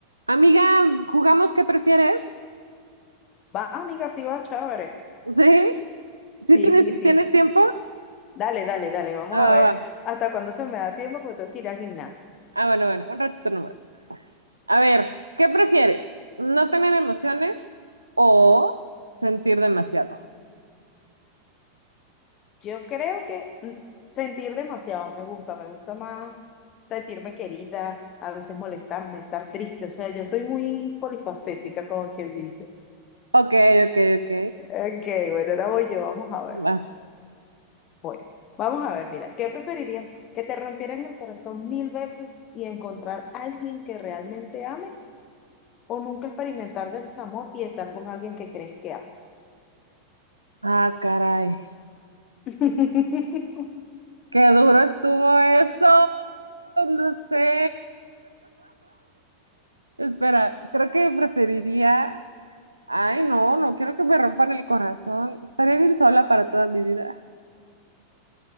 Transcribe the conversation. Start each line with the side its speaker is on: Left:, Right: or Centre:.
Right: Amiga, ¿jugamos qué prefieres?
Left: Va, amiga, sí va, chévere.
Right: ¿Sí? ¿Sí
Left: Sí,
Right: tienes,
Left: sí, sí.
Right: tienes tiempo?
Left: Dale, dale, dale. Vamos
Right: Ah,
Left: a ver
Right: va.
Left: hasta cuándo se me da tiempo porque tengo que ir al gimnasio.
Right: ah, bueno, bueno, un ratito nomás. A ver, ¿qué prefieres? ¿No tener emociones o sentir demasiado?
Left: Yo creo que mm, sentir demasiado me gusta, me gusta más sentirme querida, a veces molestarme, estar triste. O sea, yo soy muy polifacética, como quien dice.
Right: Ok, ok, ok.
Left: Ok, bueno, ahora voy yo, vamos a ver.
Right: Vas.
Left: Voy. Vamos a ver, mira, ¿qué preferirías? ¿Que te rompieran el corazón mil veces y encontrar a alguien que realmente ames? O nunca experimentar desamor y estar con alguien que crees que amas.
Right: Ah, caray.
Left: <laughs>
Right: Qué duro estuvo eso. No sé. <laughs> Espera, creo que preferiría. Ay, no, no quiero que me rompan el corazón. Estaría bien sola para toda mi vida.